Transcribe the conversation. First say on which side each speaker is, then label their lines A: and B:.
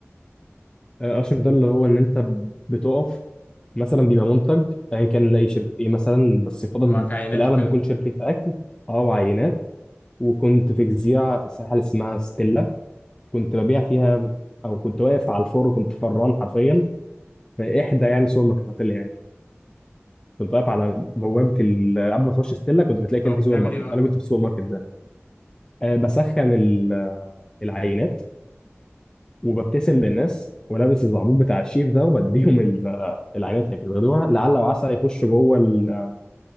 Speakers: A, on the left; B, on the left.
A: اشر ده اللي هو ان انت بتقف مثلا بيبقى منتج ايا كان لاي شركه ايه مثلا بس يفضل
B: ومعاك عينات
A: في الاغلب
B: وكده
A: بيكون شركه اكل او عينات وكنت في جزيره في الساحل اسمها ستيلا كنت ببيع فيها او كنت واقف على الفور كنت فران حرفيا في احدى يعني السوبر ماركتات اللي هناك كنت واقف على بوابه ال- قبل ما تخش ستيلا كنت بتلاقي كده
B: اه بتعمل
A: في سوبر ماركت
B: ايه بقى
A: انا كنت في السوبر ماركت ده أه بسخن ال- العينات وببتسم للناس ولابس الزعبوط بتاع الشيف ده وبديهم ال- العينات هي كده بياخدوها لعل وعسى يخشوا جوه ال-